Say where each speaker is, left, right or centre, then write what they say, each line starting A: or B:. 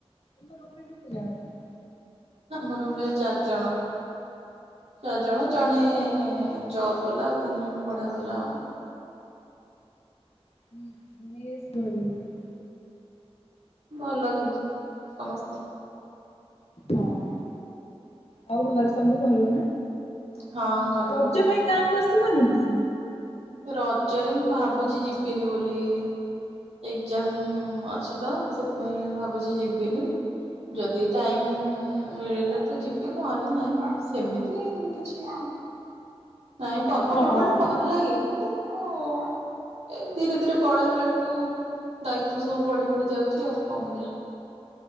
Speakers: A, on the left (about 70°); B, on the right (about 85°).
A: ତମ ରୁମରେ କେତେ ଜଣ କି
B: ଆମ ରୁମ ରେ ଚାରି ଜଣ। ଚାରି ଜଣ ଜଣେ ଜବ ବାଲା ଆଉ ତିନି ଜଣ ପଢା ବାଲା ଆଉ।
A: <inaudible>
B: ଭଲ କିନ୍ତୁ ସମସ୍ତେ।
A: ହଁ ହଁ ଆଉ ଘରେ ସବୁ ଭଲ ନା?
B: ହଁ ଘରେ
A: ରଜ
B: ସବୁ ଭଲ।
A: ପାଇଁ ଗାଁକୁ ଆସିବନି କି?
B: ରଜରେ ମୁଁ ଭାବୁଛି ଯିବିନି ବୋଲି ଏକ୍ଜାମ ଅଛି ତ ସେଥିପାଇଁ ଭାବୁଛି ଯିବିନି ଯଦି ଟାଇମ୍ ମିଳିଲା ତ ଯିବି ନହେଲେ ନାହିଁ ସେମିତି କିଛି ନାଇଁ ପର୍ବପର୍ବାଣି
A: ହଁ ହଁ।
B: ଭଲ ଲାଗେ କିନ୍ତୁ ଉଁ ଏ ଧୀରେ ଧୀରେ ବଡ ହେଲା ବେଳକୁ ଦାୟିତ୍ଵ ସବୁ ବଢି ବଢି ଯାଉଛି ଆଉ କଣ କରିବା।